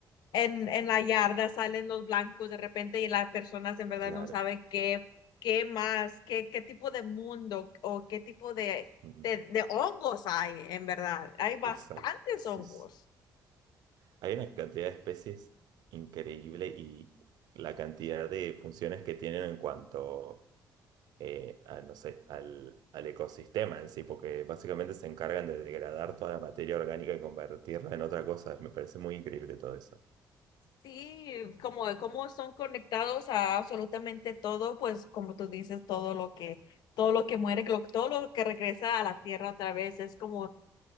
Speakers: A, on the left; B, on the right.
A: en, en la yarda salen los blancos de repente y las personas en verdad
B: Claro,
A: no saben qué, qué más, qué, qué tipo de mundo o qué tipo de,
B: Ujú.
A: de, de hongos hay, en verdad. Hay bastantes
B: exacto, sí,
A: hongos.
B: sí. Hay una cantidad de especies increíble y la cantidad de funciones que tienen en cuanto eh, a, no sé, al, al ecosistema en sí, porque básicamente se encargan de degradar toda la materia orgánica y convertirla en otra cosa. Me parece muy increíble todo eso.
A: Sí, como, como son conectados a absolutamente todo, pues como tú dices, todo lo que, todo lo que muere, lo- todo lo que regresa a la tierra otra vez es como